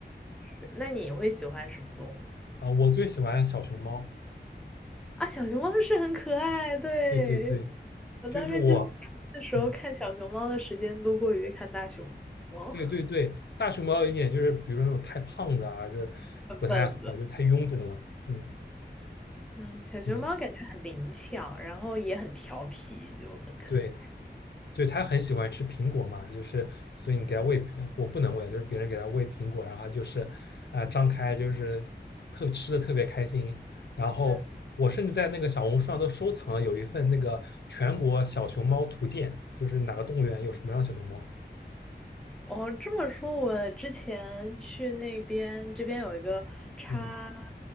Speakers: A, in the centre; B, on the left.
A: 是。那你会喜欢什么动物
B: 啊，我最喜欢小熊猫，
A: 啊？小熊猫是很可爱，对。
B: 对对对，
A: 我当时去
B: 就是我，
A: <laughs> 的时候看小熊猫的时间多过于看大熊猫，
B: 嗯，对对对，大熊猫有一点就是，比如说那种太胖的啊，这不太好，
A: 笨笨的。
B: 就太臃肿了。嗯，
A: 嗯，小熊猫感觉很灵巧，
B: 是的，
A: 然后也很调皮，就很可爱。
B: 对。就是他很喜欢吃苹果嘛，就是所以你给他喂，
A: 对
B: 呃我不能喂，就是别人给他喂苹果，然后他就是啊、呃张开，就是特吃的特别开心。然后我甚至在那个小红书上都收藏了有一份那个全国小熊猫图鉴，
A: 嗯，
B: 就是哪个动物园有什么样的小熊猫。
A: 哦，这么说，我之前去那边，这边有一个查
B: 嗯